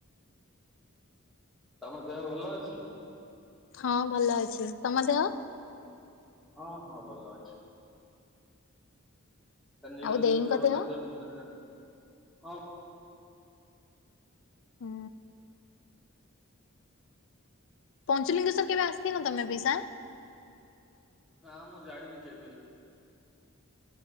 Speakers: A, in the centre; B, on the left.
A: ତମ ଦେହ ଭଲ ଅଛି।
B: ହଁ ଭଲ ଅଛି। ତମ ଦେହ
A: ହଁ ହଁ ଭଲ ଅଛି। ନୀଳଗିରି
B: ଆଉ ଦେଇଙ୍କ
A: ଜଗନ୍ନାଥ
B: ଦେହ?
A: ବି ଭଲ। ହଁ।
B: ହୁଁ। ପଞ୍ଚୁଲିଙ୍ଗେଶ୍ୱର
A: ଆଉ
B: କେବେ ଆସିଥିଲ ତମେ ବି ସା
A: ନା ମୁଁ ଯାଇନି କେବେ